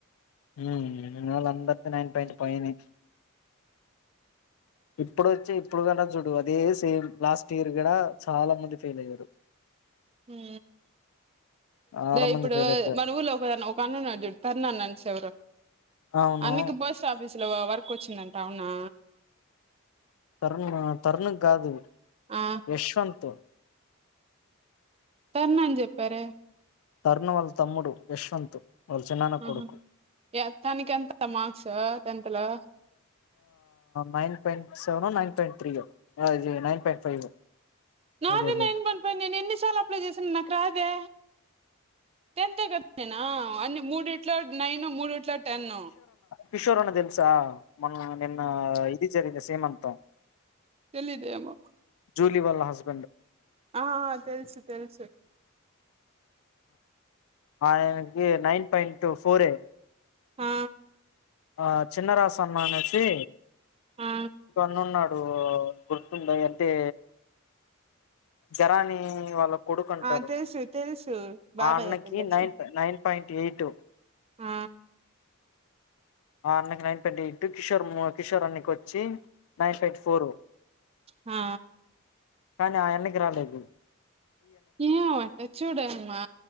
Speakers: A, on the left; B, on the right.
A: ఉ వాళ్ళ అందరిది నైన్ పాయింట పైనే. ఇప్పుడు వచ్చి ఇప్పుడు కూడా చుడు అదే సేమ్ లాస్ట్ ఇయర్ కూడా చాలా మంది ఫెయిల్ అయ్యారు
B: ఉ
A: చాలా మంది
B: ఇప్పుడు
A: ఫెయిల్ అయిపోయారు
B: మన ఊర్లో ఒక ఒక అన్నడు చడు తర్నా అన్న అనిస ఎవరు
A: అవును
B: అన్నికి పోస్ట్ ఆఫీస్ ఇలో వరకు వచ్చిందంట అవునా
A: తరుణ్ తరుణకు కాదు
B: ఆ
A: యశ్వంత్
B: తర్ణ అని చెప్పార
A: తరుణవల్ తమ్ముడు యశ్వంతు్ ఒక చిన్నన్న
B: ఆహా
A: కొడుకు
B: యా తనకి ఎంత మార్క్స్ టెన్త్ లో
A: nine point seven nine point తీయ ఇది నైన్ పాయింట్ ఫైవ్
B: నాదే
A: అదే అదే
B: నైన్ పాయింట్ పైనే నేను ఎన్నిసార్లు అప్లై చేశాను నా రాదే టెన్త్ే కదా నేనా అన్ని మూడిట్లో నైను మూడిట్లో టెన్న
A: కిషోర్న్న తెలుసా మన నిన్న ఇది జరిగింది సీమంతం
B: తెలిదే ఎమ్మో
A: జూలీ వాళ్ళ హస్బెండ్
B: ఆ ఆ తెలుసు తెలుసు
A: ఆే నైన్ పయింట్ ఫోర్ ఏ
B: ఆ
A: ఆ చిన్న రాసమా అనేసి
B: ఆ
A: కన్ను ఉన్నాడు నువ్వు గుర్తుంటది కాబట్టి జరానీ వాళ్ళ కొడుకు అంటారు
B: ఆ తెలుసు తెలుసు బాబాయ
A: ఆ అన్నకి
B: తెలసి
A: నైన్ నైన్ పాయింట్ ఎయిట్
B: ఆ
A: ఆ అన్నకి nine point eight Kishore Kishore అన్నకొచ్చి నైన్ పాయింట్ ఫోర్
B: ఆ
A: కానీ ఆయన్నాక్ త్రన టైపు
B: ఏ వాట చూడమ్మా